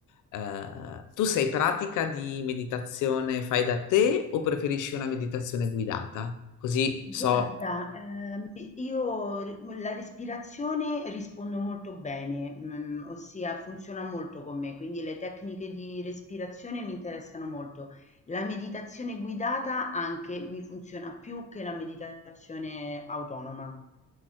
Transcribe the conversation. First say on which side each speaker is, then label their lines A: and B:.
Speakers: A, on the left; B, on the left.
A: Eh, tu sei pratica di meditazione fai da te o preferisci una meditazione guidata? Così
B: Guarda,
A: so
B: ehm, io re- la respirazione rispondo molto bene, mm, ossia funziona molto con me, quindi le tecniche di respirazione mi interessano molto. La meditazione guidata anche mi funziona più che la meditazione autonoma.